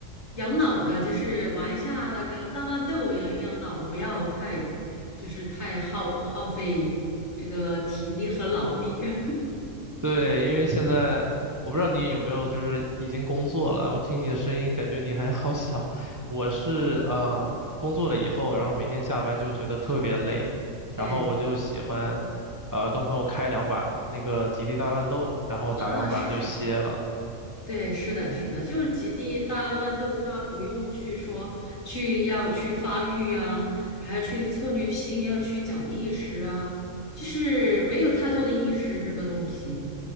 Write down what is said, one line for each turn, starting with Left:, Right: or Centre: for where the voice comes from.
Left: 养老了，就是玩一下那个大乱斗，养一养老，不要太就是太耗耗费这个体力和脑力。<laughs>
Right: 对，因为现在我不知道你有没有就是已经工作了，我听你的声音感觉你还好小。我是呃工作了以后，然后每天下班就觉得特别累，然后我就喜欢呃跟朋友开两把那个极地大乱斗，
Left: 对
Right: 然后打两把就歇了。
Left: 啊，是是是，对，是的，是的，就是极地大乱斗，它不用去说去要去发育啊，还要去策略性，要去讲意识啊，就是没有太多的意识这个东西。